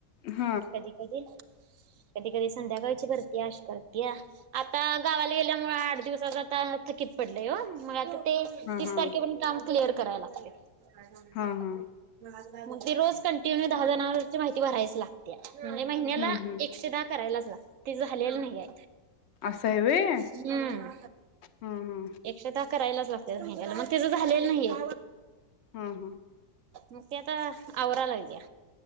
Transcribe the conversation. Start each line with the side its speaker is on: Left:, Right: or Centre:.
Left: आ ह
Right: कधी कधी कधी कधी संध्याकाळची करते आश <unintelligible> आता गावाला गेल्यामुळ आठ दिवस सग आता थकीत पडलंय हो मग आता ते
Left: हा
Right: तीस
Left: हा
Right: तारखे पण काम.. क्लिअर कराय लागतय. <unintelligible>
Left: हा हा
Right: मग ते रोज कंटिन्यू दहा जणावरांची माहिती भरायच लाग... ते म्हणजे महिन्याला
Left: हम्म हम्म
Right: एकशे दहा करायला च लागते ते झालेलं नाहीय..
Left: असं आहे व्हय हा
Right: हम्म
Left: हा
Right: एकशे दात... करायलाच लागते महिन्याला मग त्याच झालेलं नाहीय.
Left: हा हा
Right: मग ते आता आवरा लागल्या..